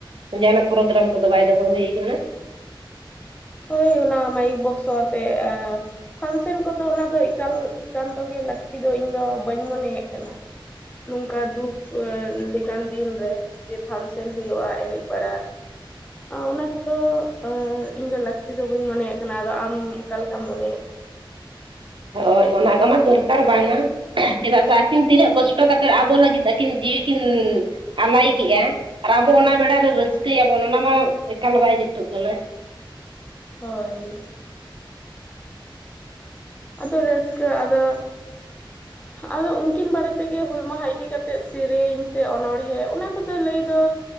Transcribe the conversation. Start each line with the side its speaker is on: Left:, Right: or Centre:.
Right: ᱡᱟᱦᱟᱱᱟᱜ ᱯᱨᱳᱜᱨᱟᱢ ᱠᱚᱫᱚ ᱵᱟᱭ ᱫᱚᱦᱚ ᱦᱩᱭ ᱠᱟᱱᱟ
Left: ᱦᱳᱭ ᱚᱱᱟ ᱢᱟᱭᱤᱠ ᱵᱚᱠᱥᱚ ᱟᱛᱮ ᱟᱸ ᱯᱷᱟᱱᱥᱮᱱ ᱠᱚᱫᱚ ᱚᱱᱟ ᱫᱚ ᱮᱠᱟᱞ ᱮᱠᱟᱱᱛᱚ ᱜᱮ ᱞᱟᱹᱠᱛᱤ ᱫᱚ ᱤᱧ ᱫᱚ ᱵᱟᱹᱧ ᱢᱚᱱᱮᱭᱮᱫ ᱠᱟᱱᱟ ᱱᱚᱝᱠᱟ ᱫᱩᱠ ᱞᱮᱠᱟᱱ ᱫᱤᱱᱨᱮ ᱡᱮ ᱯᱷᱟᱱᱥᱮᱱ ᱦᱩᱭᱩᱜ-ᱟ ᱮᱱᱮᱡ ᱵᱟᱲᱟ ᱚᱱᱟ ᱠᱚᱫᱚ ᱤᱧ ᱤᱧ ᱫᱚ ᱞᱟᱹᱠ ᱡᱟᱹᱥᱛᱤ ᱫᱚ ᱵᱟᱹᱧ ᱢᱚᱱᱮᱭᱮᱫ ᱠᱟᱱᱟ ᱟᱫᱚ ᱟᱢ ᱚᱠᱟ ᱞᱮᱠᱟᱢ ᱢᱚᱱᱮᱫ ᱠᱟᱱᱟ ᱾
Right: ᱦᱳᱭ ᱚᱱᱟ ᱠᱚᱢᱟ ᱫᱚᱨᱠᱟᱨ ᱵᱟᱝᱟ ᱾ ᱪᱮᱫᱟᱜ ᱥᱮ ᱟᱹᱠᱤᱱ ᱛᱤᱱᱟᱹᱜ ᱠᱚᱥᱴᱚ ᱠᱟᱛᱮᱫ ᱟᱵᱚ ᱞᱟᱹᱜᱤᱫ ᱟᱹᱠᱤᱱ ᱡᱤᱣᱤ ᱠᱤᱱ ᱟᱞᱟᱭ ᱠᱮᱜ-ᱟ ᱟᱨ ᱟᱵᱚ ᱚᱱᱟ ᱵᱮᱲᱟᱨᱮ ᱨᱟᱹᱥᱠᱟᱹᱭᱟᱵᱚᱱ ᱚᱱᱟ ᱢᱟ ᱮᱠᱟᱞ ᱵᱟᱭ ᱡᱩᱛᱩᱜ ᱠᱟᱱᱟ
Left: ᱦᱳᱭ ᱟᱫᱚ ᱨᱟᱹᱥᱠᱟᱹ ᱟᱫᱚ
Right: <inaudible>
Left: ᱟᱫᱚ ᱩᱱᱠᱤᱱ ᱵᱟᱨᱮ ᱛᱮᱜᱮ ᱦᱩᱞ ᱢᱟᱦᱟ ᱤᱫᱤ ᱠᱟᱛᱮᱜ ᱥᱮᱨᱮᱧ ᱥᱮ ᱚᱱᱚᱲᱦᱮ ᱚᱱᱟ ᱠᱚᱫᱚ ᱞᱟᱹᱭ ᱫᱚ